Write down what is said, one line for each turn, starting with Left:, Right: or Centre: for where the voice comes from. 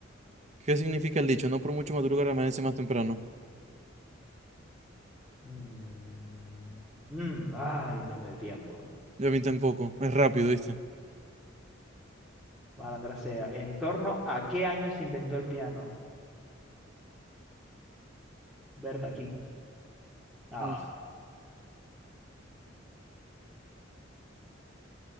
Right: ¿Qué significa el dicho? No por mucho madrugar amanece más temprano.
Centre: Mm, mm, ay, no me dio tiempo.
Right: Y a mí tampoco. Es rápido, ¿viste?
Centre: Malandra sea. ¿En torno a qué año se inventó el piano? Berta aquí. Ah,
Right: Mm.